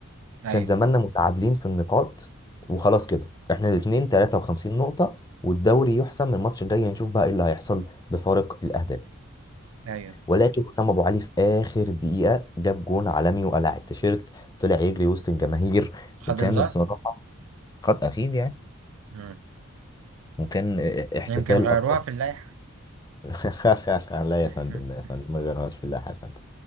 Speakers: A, on the right; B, on the left.
A: ايوه
B: كان زماننا متعادلين في النقاط وخلاص كده احنا الاثنين 53 نقطة والدوري يحسم الماتش الجاي نشوف بقى ايه اللي هيحصل بفارق الأهداف
A: ايوه
B: ولكن حسام أبو علي في آخر دقيقة جاب جون عالمي وقلع التيشيرت طلع يجري وسط الجماهير
A: خد
B: وكان
A: انذار
B: الصراحة خد أخيد يعني
A: امم
B: وكان اه- احتفال
A: يمكن غيروها
B: أكتر
A: في اللائحة
B: <laughs> لا
A: <laughs>
B: يا فندم لا يا فندم ما غيرهاش في الله يا فندم